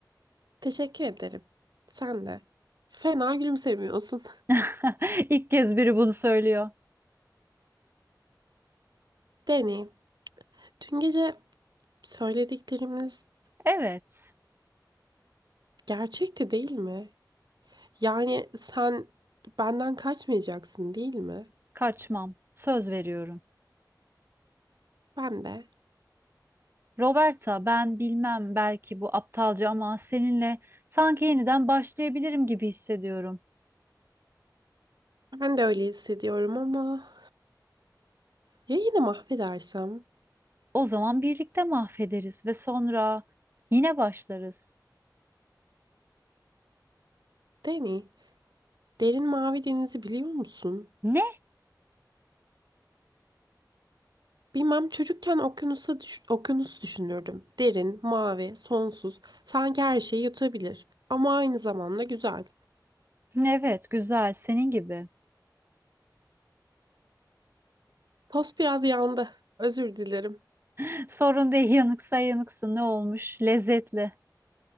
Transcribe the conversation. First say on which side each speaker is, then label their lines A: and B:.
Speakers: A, on the right (about 70°); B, on the right (about 30°).
A: Teşekkür ederim. Sen de. Fena gülümsemiyorsun.
B: <laughs> İlk kez biri bunu söylüyor.
A: <laughs> Deneyim. Dün gece söylediklerimiz
B: Evet,
A: gerçekti değil mi? Yani sen benden kaçmayacaksın değil mi?
B: kaçmam. Söz veriyorum.
A: Ben de.
B: Roberta, ben bilmem belki bu aptalca ama seninle sanki yeniden başlayabilirim gibi hissediyorum.
A: Ben de öyle hissediyorum ama ya yine mahvedersem?
B: O zaman birlikte mahvederiz ve sonra yine başlarız.
A: Deni, derin mavi denizi biliyor musun?
B: Ne?
A: Bilmem çocukken okyanusa düş- okyanus düşünürdüm. Derin, mavi, sonsuz, sanki her şeyi yutabilir. Ama aynı zamanda güzel.
B: Evet, güzel, senin gibi.
A: Tost biraz yandı. Özür dilerim.
B: <laughs> Sorun değil, yanıksa yanıksın ne olmuş? Lezzetli.